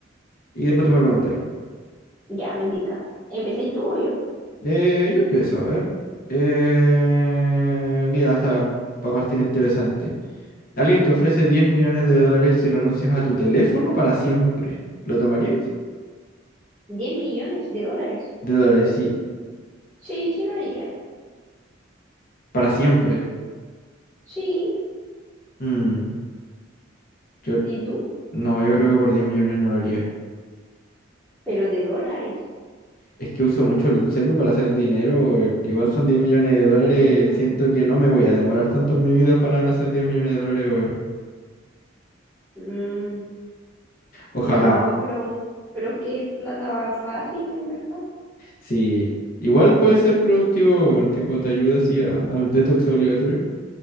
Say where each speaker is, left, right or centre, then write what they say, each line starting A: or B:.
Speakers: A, on the left (about 45°); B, in the centre.
A: Y después tú me preguntas.
B: Ya me tinca. ¿Empecé tú o yo?
A: Eh, yo empiezo, a ver. Eh, mira, está para partir interesante. Alguien te ofrece 10 millones de dólares si renuncias a tu teléfono para siempre. ¿Lo tomarías?
B: 10 millones de dólares.
A: De dólares, sí.
B: Sí, sí lo haría.
A: Para siempre.
B: Sí,
A: Mm, yo,
B: ¿y tú?
A: no, yo creo que por 10 millones no lo haría.
B: Pero de dólares.
A: Es que uso mucho el celu para hacer dinero. eh, Igual son diez millones de dólares.
B: Mm,
A: Siento que no me voy a demorar tanto en mi vida. Ojalá en hacer 10 millones de dólares, weón.
B: mm,
A: Ojalá.
B: no, pero, pero es que plata va fácil, en verdad.
A: Sí. Igual puede ser productivo, weón. Tipo, te ayuda así a- al detox obligatorio.